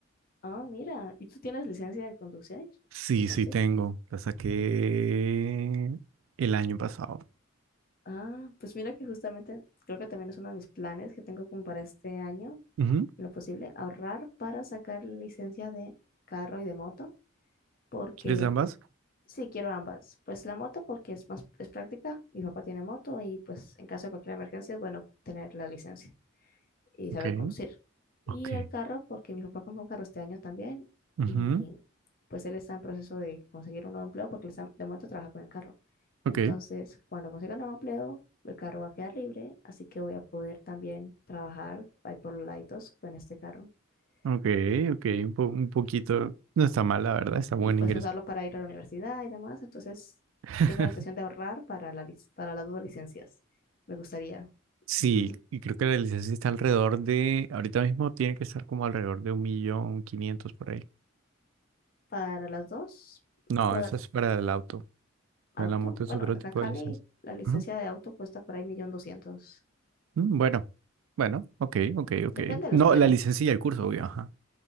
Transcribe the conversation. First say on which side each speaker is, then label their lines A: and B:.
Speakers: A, on the left; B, on the right.
A: Ah, mira, ¿y tú tienes licencia de conducir?
B: Sí,
A: ¿De conducir?
B: sí tengo. La saqué el año pasado.
A: Ah, pues mira que justamente creo que también es uno de mis planes que tengo como para este año,
B: Ujú.
A: en lo posible, ahorrar para sacar licencia de carro y de moto, porque
B: ¿Quieres ambas?
A: sí quiero ambas. Pues la moto porque es más, es práctica, mi papá tiene moto y pues en caso de cualquier emergencia es bueno tener la licencia. y saber
B: Ok.
A: conducir. Y
B: Ok.
A: el carro, porque mi papá compró un carro este año también
B: Ujú.
A: y pues él está en proceso de conseguir un nuevo empleo porque él está- de momento trabaja con el carro.
B: Ok.
A: Entonces, cuando consiga un nuevo empleo, el carro va a quedar libre, así que voy a poder también trabajar ahí por los laditos con este carro
B: Ok,
A: y,
B: ok, un, po- un poquito. No está mal, la verdad, está buen
A: y, pues
B: ingreso.
A: usarlo para ir a la universidad y demás. Entonces,
B: <laughs>
A: tengo la intención de ahorrar para, la, lic- para las dos licencias. Me gustaría.
B: Sí,
A: <laughs>
B: y creo que la licencia está alrededor de, ahorita mismo tiene que estar como alrededor de un millón quinientos por ahí.
A: Para las dos,
B: No,
A: pod-
B: eso es para el auto.
A: auto.
B: En la moto es
A: Bueno,
B: otro
A: acá
B: tipo
A: en Cali
B: de licencia.
A: la licencia
B: Ujú.
A: de auto cuesta por ahí millón doscientos.
B: Mm, Bueno, bueno, ok, ok, ok.
A: Depende de
B: No,
A: la escuela.
B: la licencia y el curso, obvio, ajá.